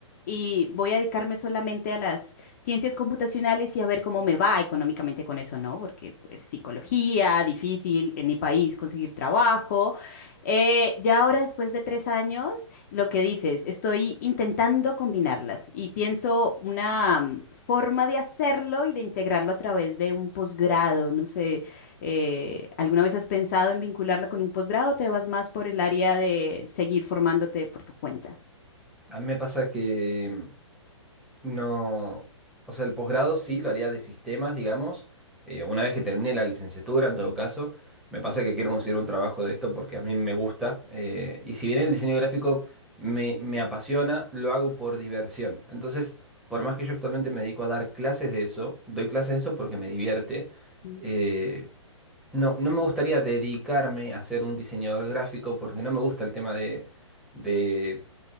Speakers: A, on the left; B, in the centre.
A: y voy a dedicarme solamente a las ciencias computacionales y a ver cómo me va económicamente con eso, ¿no? Porque pues psicología, difícil en mi país conseguir trabajo. Eh, ya ahora después de tres años, lo que dices, estoy intentando combinarlas y pienso una mm, forma de hacerlo y de integrarlo a través de un posgrado. No sé, eh, ¿alguna vez has pensado en vincularla con un posgrado o te vas más por el área de seguir formándote por tu cuenta?
B: A mí me pasa que No, o sea, el posgrado sí lo haría de sistemas, digamos, eh, una vez que termine la licenciatura, en todo caso, me pasa que quiero conseguir un trabajo de esto porque a mí me gusta, eh, y si bien el diseño gráfico me, me apasiona, lo hago por diversión. Entonces, por más que yo actualmente me dedico a dar clases de eso, doy clases de eso porque me divierte,
A: Mm,
B: eh, no, no me gustaría dedicarme a ser un diseñador gráfico porque no me gusta el tema de, de